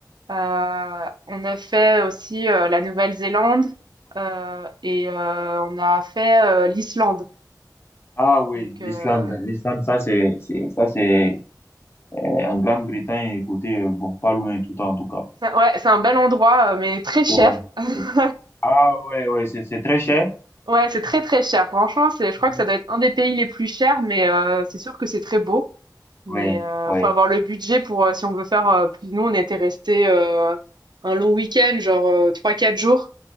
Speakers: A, on the right; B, on the left.
A: Euh, on a fait aussi euh, la Nouvelle-Zélande euh, et euh, on a fait euh, l'Islande.
B: Ah oui,
A: Donc euh,
B: l'Islande. L'Islande, ça c'est, c'est, ça c'est euh, en Grande-Bretagne, écoutez, euh, bon, pas loin tout en tout cas.
A: ça- ouais, c'est un bel endroit, euh, mais très cher.
B: Ouais.
A: <laughs>
B: Ah ouais, ouais, c'est c'est très cher.
A: Ouais, c'est très très cher. Franchement, c'est, je crois
B: Mhm.
A: que ça doit être un des pays les plus chers, mais euh, c'est sûr que c'est très beau. Mais
B: Oui,
A: euh,
B: oui.
A: faut avoir le budget pour euh, si on veut faire euh, plus. Nous, on était resté un long week-end, genre euh, trois quatre jours,